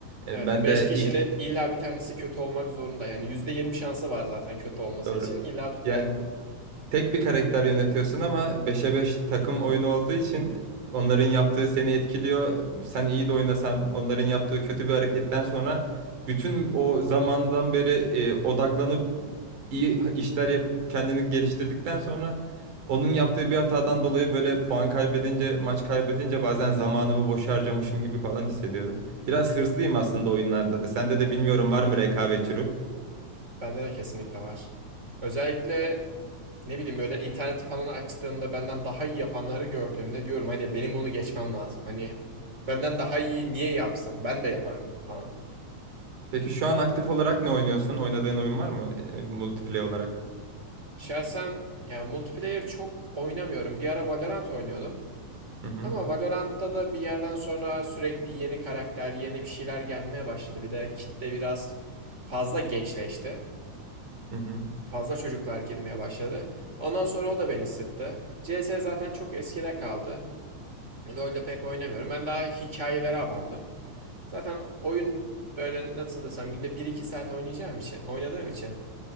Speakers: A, on the right; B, on the right.
A: E,
B: Evet
A: ben
B: beş
A: de
B: kişinin
A: ilk
B: illa bir tanesi kötü olmak zorunda. Yani %20 şansı var zaten kötü olması
A: doğru
B: için illa tutuyor.
A: yani Tek bir karakter yönetiyorsun ama beşe 5 takım oyunu olduğu için onların yaptığı seni etkiliyor. Sen iyi de oynasan onların yaptığı kötü bir hareketten sonra bütün o zamandan beri e, odaklanıp iyi ha- işler yapıp kendini geliştirdikten sonra onun yaptığı bir hatadan dolayı böyle puan kaybedince, maç kaybedince bazen zamanımı boşa harcamışım gibi falan hissediyorum. Biraz hırslıyım aslında oyunlarda da. Sende de bilmiyorum var mı rekabetçi
B: Bende de kesinlikle var. Özellikle ne bileyim böyle interneti falan açtığımda benden daha iyi yapanları gördüğümde diyorum hani benim bunu geçmem lazım. Hani benden daha iyi niye yapsın? Ben de yaparım falan.
A: Peki şu an aktif olarak ne oynuyorsun? Oynadığın oyun var mı? E, multiplayer olarak.
B: Şahsen yani multiplayer çok oynamıyorum. Bir ara Valorant oynuyordum.
A: Hı hı.
B: Ama Valorant'ta da bir yerden sonra sürekli yeni karakter, yeni bir şeyler gelmeye başladı. Bir de kitle biraz fazla gençleşti.
A: Hı hı.
B: Fazla çocuklar girmeye başladı. Ondan sonra o da beni sıktı. CS zaten çok eskide kaldı. LoL'de pek oynamıyorum. Ben daha hikayelere abandım. Zaten oyun böyle nasıl desem günde bir iki saat oynayacağım için, oynadığım için